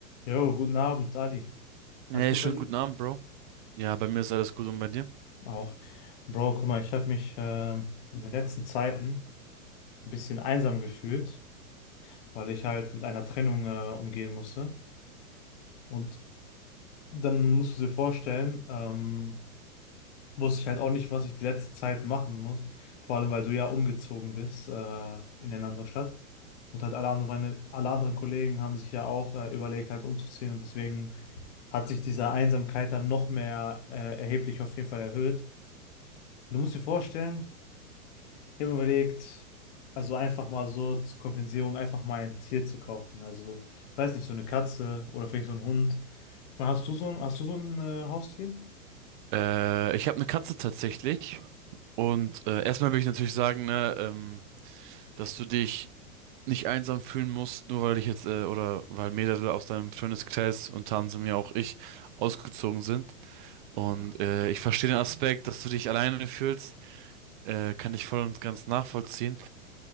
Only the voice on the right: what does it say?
Hey,
schönen
guten Abend, Bro. Ja, bei mir ist alles gut und bei dir?
Äh, ich habe eine Katze tatsächlich. Und äh, erstmal will ich natürlich sagen, ne, ähm, dass du dich nicht einsam fühlen musst, nur weil ich jetzt, äh, oder weil mehrere aus deinem Freundeskreis, unter anderem ja auch ich, ausgezogen sind. Und äh, ich verstehe den Aspekt, dass du dich alleine fühlst, äh, kann ich voll und ganz nachvollziehen.